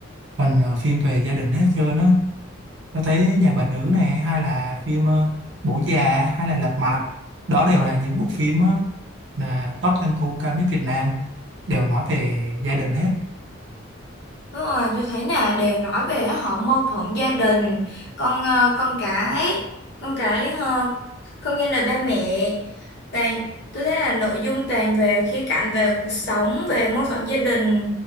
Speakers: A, on the right (about 60°); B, on the left (about 55°).
A: phần ờ, phim về gia đình hết trơn á Tôi thấy Nhà Bà Nữ này hay là phim ờ, Bố Già hay là Lật Mặt đó đều là những bộ phim ờ, là top doanh thu cao nhất Việt Nam đều nói về gia đình hết
B: Đúng rồi, tôi thấy là đều nói về họ mâu thuẫn gia đình, con ờ, con cái, con cái ờ, không nghe lời ba mẹ. Toàn, tôi thấy là nội dung toàn về khía cạnh về cuộc sống, về mâu thuẫn gia đình,